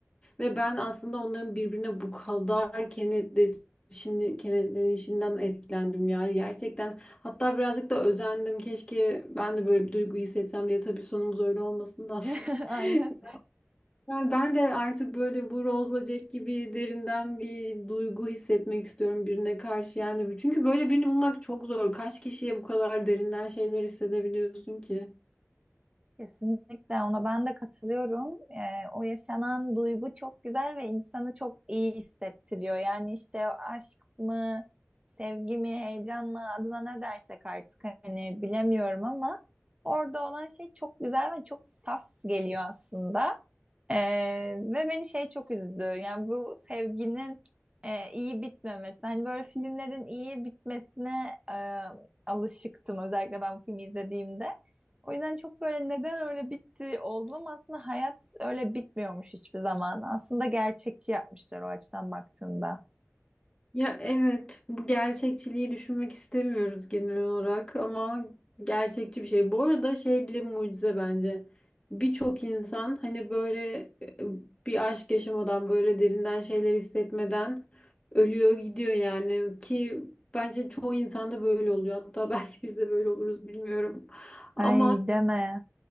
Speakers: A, on the left; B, on the right.
A: Ve ben aslında onların birbirine bu kadar kenetlenişini, kenetlenişinden etkilendim ya gerçekten. Hatta birazcık da özendim. Keşke ben de böyle bir duygu hissetsem diye. Tabii sonumuz öyle olmasın da. <laughs>
B: <laughs> Aynen.
A: Yani ben de artık böyle bu Rose'la Jack gibi derinden bir duygu hissetmek istiyorum birine karşı yani. Çünkü böyle birini bulmak çok zor. Kaç kişiye bu kadar derinden şeyler hissedebiliyorsun ki?
B: Kesinlikle ona ben de katılıyorum. Ee, o yaşanan duygu çok güzel ve insanı çok iyi hissettiriyor. Yani işte aşk mı, sevgi mi, heyecan mı adına ne dersek artık hani bilemiyorum ama orada olan şey çok güzel ve çok saf geliyor aslında. Ee, ve beni şey çok üzdü. Yani bu sevginin e, iyi bitmemesi. Hani böyle filmlerin iyi bitmesine e, alışıktım özellikle ben bu filmi izlediğimde. O yüzden çok böyle neden öyle bitti oldum ama aslında hayat öyle bitmiyormuş hiçbir zaman. Aslında gerçekçi yapmışlar o açıdan baktığında.
A: Ya evet, bu gerçekçiliği düşünmek istemiyoruz genel olarak ama gerçekçi bir şey. Bu arada şey bile mucize bence. Birçok insan hani böyle e, bir aşk yaşamadan, böyle derinden şeyler hissetmeden ölüyor gidiyor yani ki bence çoğu insanda böyle oluyor. Hatta <laughs> belki biz de böyle oluruz bilmiyorum. Ama
B: Ay deme.